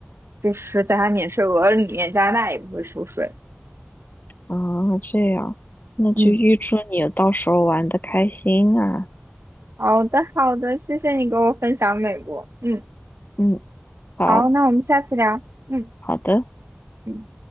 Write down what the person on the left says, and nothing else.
啊，这样，那就预祝你到时候玩的开心啊。
嗯，好，
好的。